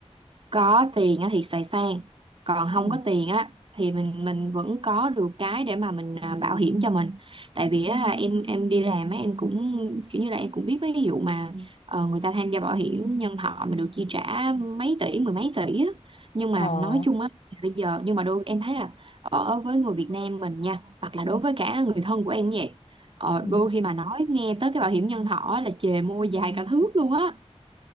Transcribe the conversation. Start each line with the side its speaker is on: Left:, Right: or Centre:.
Right: có tiền á thì xài sang còn không
Left: ừ,
Right: có tiền á thì mình mình vẫn có được cái để mà mình à, bảo hiểm cho mình tại vì á, em em đi làm á em cũng kiểu như là em cũng biết mấy cái vụ mà ờ, người ta tham gia bảo hiểm nhân thọ mà được chi trả mấy tỷ mười mấy tỷ á nhưng
Left: ờ,
Right: mà nói chung á bây giờ nhưng mà đôi em thấy là ở với người Việt Nam mình nha hoặc là đối với cả người thân của em cũng vậy ờ,
Left: ừ,
Right: đôi khi mà nói nghe tới cái bảo hiểm nhân thọ á là chề môi dài cả thước luôn á